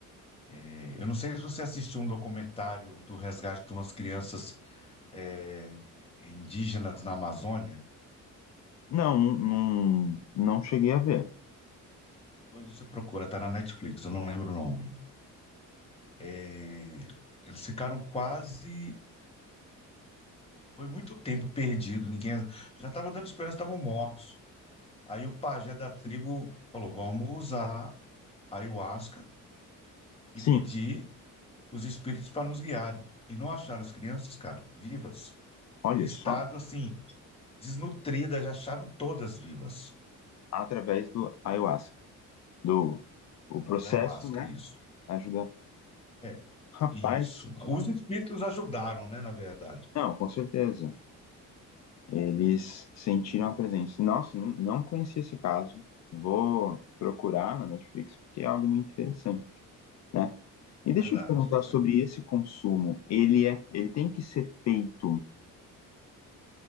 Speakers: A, on the left (about 20°); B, on the left (about 55°).
A: É, Eu não sei se você assistiu um documentário do resgate de umas crianças é, indígenas na Amazônia,
B: Não, não, não não cheguei a ver.
A: depois você procura, tá na Netflix, eu não lembro o nome. É, eles ficaram quase, foi muito tempo perdido, ninguém já estava dando esperança, estavam mortos. Aí o pajé da tribo falou: vamos usar a ayahuasca e
B: Sim,
A: pedir os espíritos para nos guiarem. E não acharam as crianças, cara, vivas,
B: olha
A: em estado
B: só,
A: assim, desnutridas, já acharam todas vivas
B: através do ayahuasca, do o processo,
A: da ayahuasca,
B: né?
A: isso.
B: Ajudar.
A: É,
B: Rapaz,
A: isso. Os espíritos ajudaram, né, na verdade.
B: não, com certeza. Eles sentiram a presença. Nossa, não não conheci esse caso. Vou procurar na Netflix porque é algo muito interessante, né? E
A: Verdade.
B: deixa eu te perguntar sobre
A: verdade.
B: esse consumo. Ele é, ele tem que ser feito